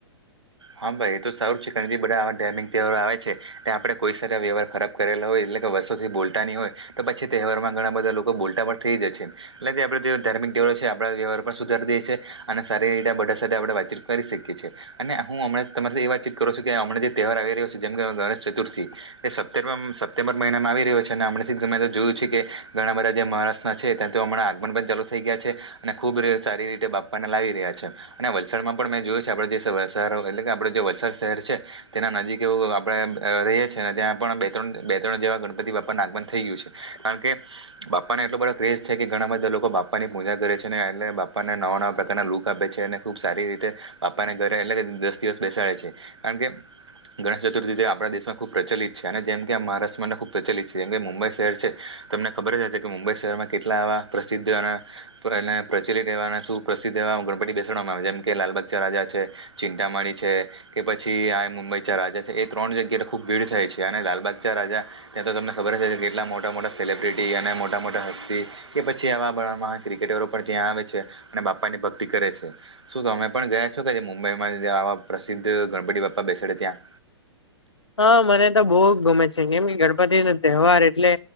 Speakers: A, on the right; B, on the left.
A: હા ભાઈ એ તો સારું છે, કારણ કે બધા આવા ડેમિંગ તેહવારો આવે છે ત્યા આપડે કોઈ વ્યવાર ખરાબ કરેલા હોય એટલે કે વર્ષોથી બોલતાની હોય તો પછી તહેવારમાં ઘણા બધા લોકો બોલતા પણ થઈ જાય છે. એટલે કે આપડે જે ધાર્મિક તહેવારો છે, આપડા વ્યવહાર પણ સુધારી દે છે, અને સારી રીતે આ બધા સાથે આપણે વાતચીત કરી શીખી છે, અને હું હમણે તમારથી એ વા ચીત કરું છું કે હમણા જે તહેવાર આવી રહ્યો છે જેમ કે ગણેશ ચતુર્થી એ સતરવમ સત્યમ <unintelligible> મહિનામાં આવી રહ્યો છે, ને અમણેથી જ મેતો જોયું છે, કે ઘણા બધા જે મહારાષ્ટ્રના છે, ત્યા તો હમણા આગમન પણ ચાલુ થઈ ગ <unintelligible> અને ખુબ રે સારી રીતે બાપ્પા ને લાવી રહ્યા છે, અને વલસાડમાં પણ મેં જોયું છે, આપડે જે ધારોકે એટલે કે આપડે જે વલસાડ શહેર છે, તેના નજીક એવું આપણે રહીએ છીએ અને ત્યાં પણ બે ત્રણ બે ત્રણ જેવા ગણપતિ બાપ્પાનુ આગમન થઈ ગયું છે, કારણ કે બાપ્પાને એટલો બધા ક્રેજ છે કે ઘણા બધા લોકો બાપ્પા પ્પાની પૂજા કરે છેને એટલે બાપાને નવા નવા પ્રકારના લુક આપે છે, અને ખુબ સારી રીતે બાપાને ઘ રે એટલે દસ દિવસ બેસાડે છે, કારણ કે ગણેશ ચતુર્થી જે આપણા દેશમાં ખુબ પ્રચલિત છે, અને જેમ કે મહારાષ્ટ્ર માટેને ખુબ પ્રચલિત છે, જેમ કે મુંબઈ શહેર છે. તમને ખબર જ હશે કે મુંબઈ શહેરમાં કેટલા એવા પ્રસિદ્ધ અને અને પ્ર પ્રચલિત એવા અને શુ પ્રસિદ્ધ તેવા ગણપતિ બેસાડવામાં આવે છે, જેમ કે લાલબગચાર રાજા છે. ચિંતામાણી છે, કે પછી આ મુંબઈ ચા રાજા છે, એ ત્રણ જગ્યા ખુબ ભીડ થાય છે, અને લાલબા ગ ચા રાજા ત્યાં તો તમને ખબર જ હશે કેટલા મોટા મોટા સેલિબ્રિટી અને મોટા મોટા હસ્તી કે પછી આવા આપણામા ક્રિકેટરો પણ ત્યાં આવે છે, અને બાપ્પાની ભક્તિ કરે છે, શું તો તમે પણ ગયા છો કે જે મુંબઈમાં જે આવા પ્રસિદ્ધ ગણપતિ બાપ્પા બેસાડે ત્યાં
B: હા મને તો બો ગમે છે, કેમ કે ગણપતિ નો તહેવાર એટલે